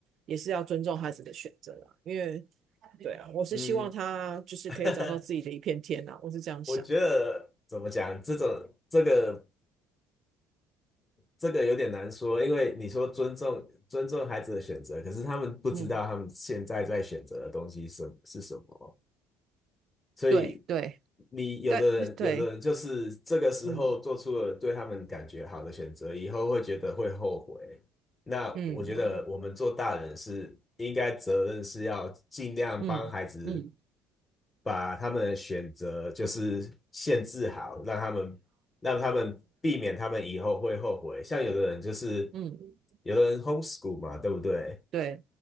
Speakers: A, on the right; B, on the left.
A: 也是要尊重孩子的选择啦，因为对啊，我是希望他就是可以找到自己的一片天啦，
B: 嗯，<laughs>
A: 我是这样想，
B: 我觉得怎么讲，这种这个这个有点难说，因为你说尊重尊重孩子的选择，可是他们不知道他们现在在选择的东西是是什么。
A: 嗯，
B: 所以
A: 对对，
B: 你有的人，
A: 但对，
B: 有的人就是这个时候做出了对他们感觉好的选择，
A: 嗯
B: 以后会觉得会后悔。那我觉得我们做大人是应该责任是要尽量帮孩子
A: 嗯嗯嗯嗯。
B: 把他们的选择就是限制好，让他们让他们避免他们以后会后悔。像有的人就是
A: 嗯，
B: 有的人 homeschool 嘛，对不对？
A: 对